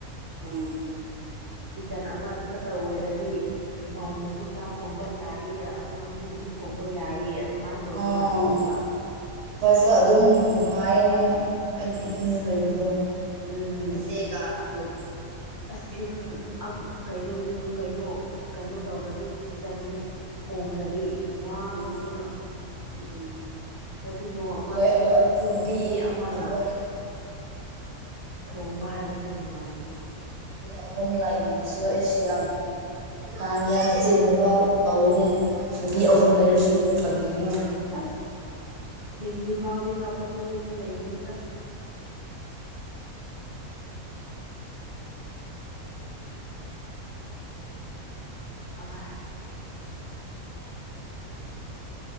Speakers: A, on the right; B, on the right.
A: ꯎꯝ
B: ꯀꯤꯠꯆꯟ ꯑꯃꯈꯛꯇ ꯑꯣꯏꯔꯗꯤ ꯃꯧꯅꯁꯨ ꯆꯥꯛ ꯊꯣꯡꯕ ꯌꯥꯏ ꯑꯀꯪꯕꯤꯅꯁꯨ ꯊꯣꯡꯕ ꯌꯥꯏꯌꯦ ꯑꯗꯨꯃꯥꯏꯅ ꯇꯧꯕ
A: ꯑꯣ
B: ꯌꯥꯕꯅꯦꯕ
A: ꯍꯣꯏꯁꯨ ꯑꯗꯨꯝ ꯅꯨꯡꯉꯥꯏꯌꯦꯅꯦ ꯑꯩꯒꯤ ꯏꯃꯦꯜ ꯂꯩꯕꯗꯣ
B: ꯎꯝ
A: ꯁꯦꯒ ꯑꯗꯨꯒꯦ
B: ꯑꯁ ꯌꯨꯝ ꯀꯩꯅꯣ ꯌꯨꯝ ꯀꯩꯅꯣ ꯀꯩꯅꯣ ꯇꯧꯔꯗꯤ ꯀꯤꯠꯆꯟ ꯈꯣꯡꯈ꯭ꯔꯗꯤ ꯋꯥꯕꯅꯦꯕ
A: ꯎꯝ ꯎꯝ
B: ꯍꯥꯏꯗꯤ ꯅꯣꯡ ꯑꯃ
A: ꯑꯩꯈꯣꯏ ꯑꯩꯈꯣꯏ
B: ꯈꯛꯇꯁꯨ
A: ꯅꯨꯄꯤ
B: ꯃꯤ ꯑꯃꯅ
A: ꯑꯩꯈꯣꯏ
B: ꯊꯣꯡꯕ ꯍꯥꯏꯕꯁꯦ ꯅꯨꯡꯉꯥꯏꯕꯅꯤ
A: ꯑꯒꯨꯝꯅ ꯂꯏꯔꯕꯁꯨ ꯑꯦꯁꯤꯌꯥꯕꯨ ꯇꯥꯅꯤ ꯌꯥꯝ ꯆꯤꯟꯕ ꯇꯧꯋꯅꯦ ꯅꯨꯄꯤ
B: ꯎꯝ
A: ꯑꯍꯨꯝ ꯂꯩꯔꯁꯨ ꯐꯔꯤꯅꯣ
B: ꯎꯝ ꯑꯁ ꯍꯤꯡꯂꯤ ꯐꯥꯎꯗꯤ ꯊꯕꯛꯗꯤ ꯑꯗꯨꯝ ꯂꯩꯒꯅꯤꯗ ꯑꯃꯥꯏ